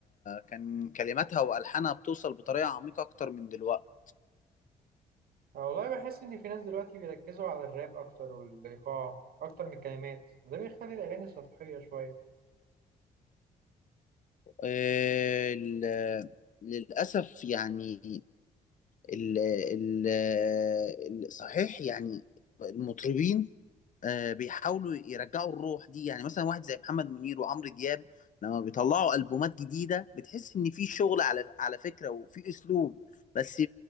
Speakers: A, on the left; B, on the right.
A: كان كلماتها وألحانها بتوصل بطريقة عميقة أكتر من دلوقتي
B: انا والله بحس ان في ناس دلوقتي بيركزوا على الراب اكتر والايقاع اكتر من الكلمات وده بيخلي الاغاني سطحيه شويه
A: آه، ال- للأسف يعني ال ال ال- صحيح يعني المطربين آه، بيحاولوا يرجعوا الروح دي يعني مثلا واحد زي محمد منير وعمرو دياب لما بيطلعوا ألبومات جديدة بتحس إن في شغل على على فكرة وفي أسلوب بس